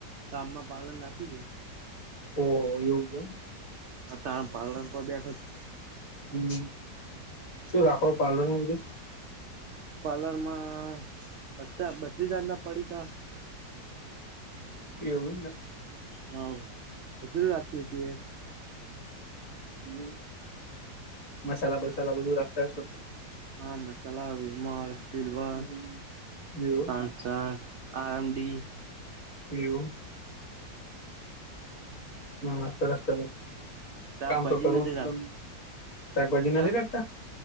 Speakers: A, on the right; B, on the left.
A: ગામમાં પાાર્રલ નાખ્યું છે.
B: ઓહ એવું છે એમ.
A: અ તાર પાર્લર પર બેઠો છુ.
B: હમ શુ રાખો પાર્લરમા બધુ?
A: પાર્લર માં બ બત્રીસ જાતના પડીકા.
B: એવું જ ને.
A: હા હજુર રાખીએ છીએ.
B: હમ મસાલા બસાલા બધું રાખતા હ શો?
A: હા મસાલા, વિમલ, સિલવર,
B: એવું એમ
A: પાંચ
B: ને?
A: આર એમડી.
B: એવું! ના સરસ સરસ
A: શાકભાજી
B: કામ તો કરવું
A: નથી રાખ
B: જ પડે શાકભાજી નથી
A: શાક
B: રાખતા?